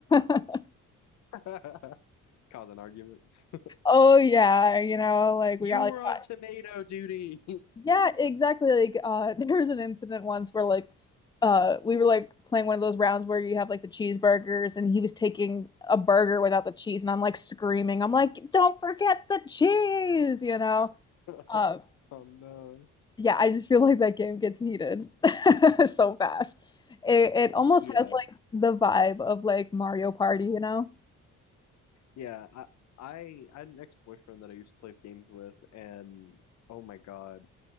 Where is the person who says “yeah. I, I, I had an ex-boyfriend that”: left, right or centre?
Left